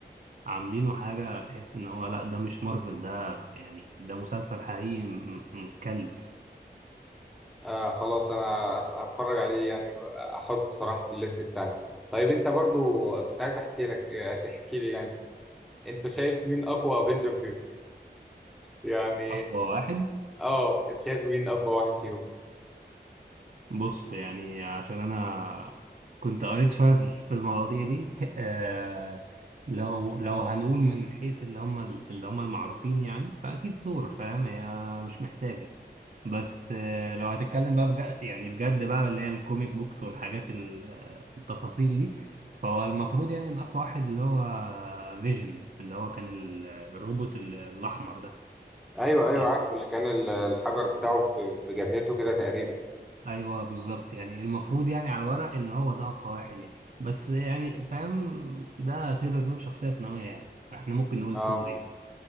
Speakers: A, on the right; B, in the centre.
A: عاملينه حاجة تحس ان هو لا ده مش مارفل ده يعني ده مسلسل حقيقي م- متكلف
B: آه خلاص انا هت- هتفرج عليه يعني آه، احطه الصراحه في الليست بتاعتي طيب انت برضو كنت عايز احكي لك آه، تحكي لي يعني انت شايف مين اقوى افنجر فيهم يعني
A: اقوى واحد
B: اه انت شايف مين اقوى واحد فيهم
A: بص يعني عشان انا كنت قريت شوية في في المواضيع دي <laughs> آه، لو لو هنقول من حيث اللي هم اللي هم المعروفين يعني فاكيد ثور فاهم هي مش محتاجة بس آه، لو هتتكلم بقى بجد يعني بجد بقى اللي هي الكوميك بوكس والحاجات ال- آه، التفاصيل دي فهو المفروض يعني ان اقوى واحد اللي هو فيجن اللي هو كان ال- الروبوت ال- الاحمر ده
B: ايوه
A: آه،
B: ايوه عارفه اللي كان ال- الحجر بتاعه في في جبهته كده تقريبا
A: ايوه بالظبط يعني المفروض يعني على الورق ان هو ده اقوى واحد يعني بس يعني فاهم ده تقدر تقول شخصية ثانوية يعني فاحنا ممكن نقول
B: اه
A: ثور يعني